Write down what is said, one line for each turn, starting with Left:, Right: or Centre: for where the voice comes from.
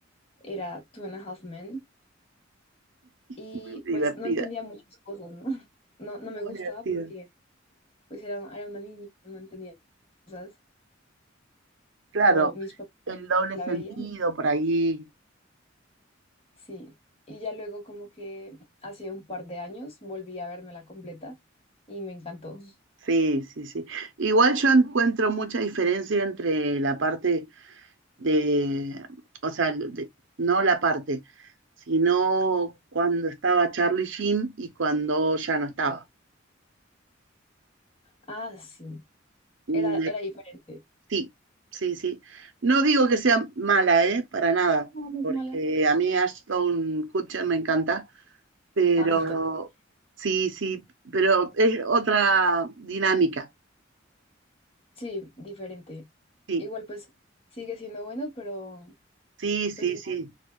Left: era Two and a Half Men. Y
Right: Muy divertida,
Left: pues no entendía muchas cosas, ¿no? <laughs> No, no
Right: muy
Left: me gustaba
Right: divertida.
Left: porque pues era, era una niña, no entendía cosas,
Right: Claro,
Left: pero mis papás
Right: el doble
Left: la
Right: sentido
Left: veían, y-
Right: por ahí.
Left: sí. Y ya luego como que hace un par de años volví a verme la completa y me encantó.
Right: Sí, sí, sí. Igual yo encuentro mucha diferencia entre la parte de, o sea, de- no la parte, sino cuando estaba Charlie Sheen y cuando ya no estaba.
Left: Ah, sí,
Right: Mm,
Left: era,
Right: eh,
Left: era diferente.
Right: Sí, sí, sí. No digo que sea mala, ¿eh? Para nada,
Left: No, no
Right: porque
Left: es mala.
Right: a mí Ashton Kutcher me encanta, pero
Left: Ah, total.
Right: sí, sí, pero es otra dinámica.
Left: Sí, diferente.
Right: Sí,
Left: Igual pues sigue siendo bueno, pero
Right: sí, sí,
Left: pues no,
Right: sí.